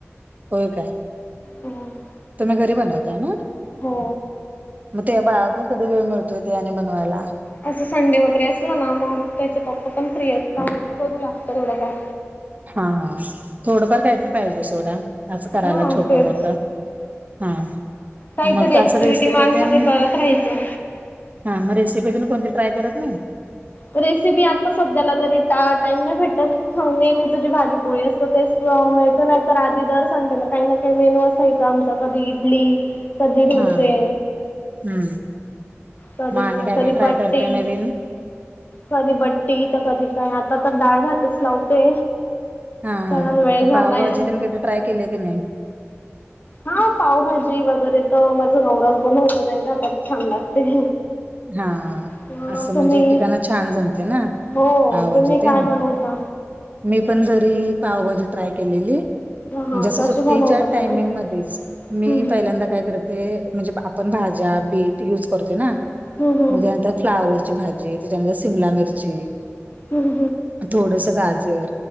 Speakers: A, on the right; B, on the left.
A: होय काय.
B: होम्.
A: तुम्ही घरी बनवताय ना.
B: हो,
A: मग ते बाळा तून कधी वेळ मिळतोय ते आणि बनवायला.
B: असं संडे वगैरे असल ना मग त्याचे पप्पा पण फ्री असता मग करू लागत थोडं काम.
A: हा हा, थोडंफार काहीतरी पाहिजे सोडा. अस करायला
B: हा
A: छोट
B: तेच
A: मोठ हा.
B: काहीतरी
A: मग
B: ऍक्टिव्हटी
A: असं रेसिपी
B: माणसाने
A: तेन
B: करत राहायचं.
A: हा मग रेसिपी तून कोणती ट्राय करत नाही.
B: रेसिपी आता सध्याला तरी टा टाइम नाही भेटत. हो नेहमीच जे भाजीपोळी असतं तेच मिळत नाही तर आधी दर''--'' संड्याला काही ना काही मेनू असायचा आमचा कधी इडली कधी डोसे.
A: हा हम्म.
B: कधी
A: मग आणि
B: काय कधी
A: ट्राय
B: बट्टिं.
A: करताय नवीन
B: कधी बट्टी तर कधी काय आता तर डाळ भातच लावते.
A: हा हा
B: पण वेळ
A: मग
B: झालाय.
A: पावभाजी तेन कधी ट्राय केलीय की नाही
B: हा पावभाजी वगैरे तर माझं नवराज बनवतो त्यांच्या हाताची छान लागते.
A: हा,
B: ह
A: असं
B: तुम्ही
A: म्हणजे एकेकाना छान जमते ना
B: हो
A: पावजी
B: तुम्ही
A: तेन.
B: काय बनवता
A: मी पण घरी पावभाजी ट्राय केलेली.
B: हा हा
A: म्हणजे असं
B: कशी
A: सुट्टीच्या
B: बनवता तुम्ही
A: टाइमिंग मध्येच मी
B: हम्म
A: पहिल्यांदा काय करते. ते म्हणजे आपण भाज्या बीट यूज करते ना.
B: हम्म
A: मग त्यानंतर फ्लावरची भाजी त्याच्यानंतर शिमला मिरची.
B: हम्म
A: थोडस गाजर.